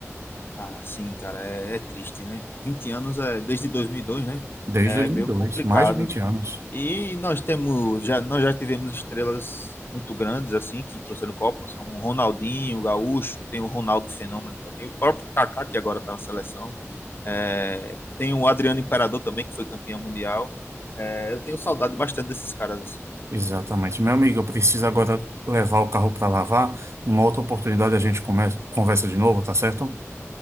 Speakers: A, on the left; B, on the right.
A: Ah, sim, cara, é, é triste, né? vinte anos é desde dois mil e dois né?
B: Desde
A: É
B: dois
A: meio
B: mil e dois,
A: complicado.
B: mais de 20 anos.
A: E nós temos, já, nós já tivemos estrelas muito grandes, assim, que trouxeram Copas, como o Ronaldinho, o Gaúcho, tem o Ronaldo Fenômeno também, o próprio Kaká, que agora tá na seleção. É, tem o Adriano Imperador também, que foi campeão mundial. É, eu tenho saudade bastante desses caras. Assim.
B: Exatamente. Meu amigo, eu preciso agora levar o carro para lavar. Numa outra oportunidade a gente come- conversa de novo, tá certo?